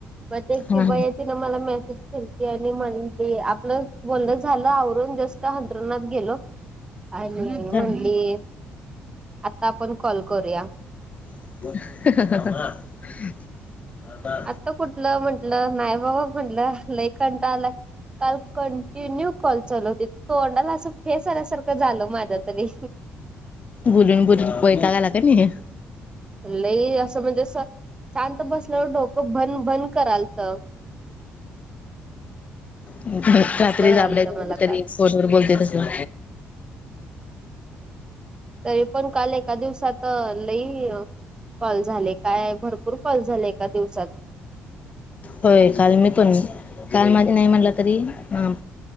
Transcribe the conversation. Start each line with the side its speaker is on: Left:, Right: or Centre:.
Right: मग तेच की
Left: हा
Right: बयेची मला मेसेज केलती आणि म्हणली. आपलं बोलण झालं आवरून जस्ट अंथरुणात गेलो. आणि म्हणली
Left: हा.
Right: आता आपण कॉल करूया.
Left: <unintelligible>
Right: आता कुठलं म्हंटलं नाही बाबा म्हटलं. लय कंटाळा आलाय. काल कंटिन्यू कॉल चालू होतीत. तोंडाला असं फेस आल्यासारखं झालं माझ्या तरी.
Left: बुलून बुलून वैताग आला की नाही?
Right: लई असं म्हणजे अस शांत बसल्यावर डोकं भन भन करालत.
Left: रात्री
Right: असलं व्हायलत
Left: <unintelligible> कुठतरीच
Right: मला काल.
Left: फोनवर बोलते तसं.
Right: तरी पण काल एका दिवसात लई कॉल झाले. काय भरपूर कॉल झाले एका दिवसात.
Left: होय काल मी पण काल माझी नाही म्हटला तरी, हा